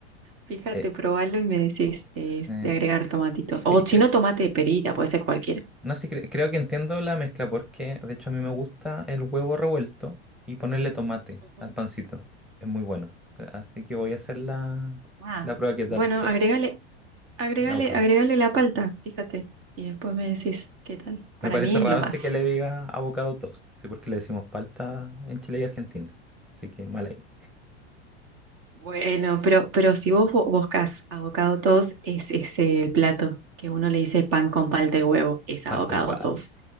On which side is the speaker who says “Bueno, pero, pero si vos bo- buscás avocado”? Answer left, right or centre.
Right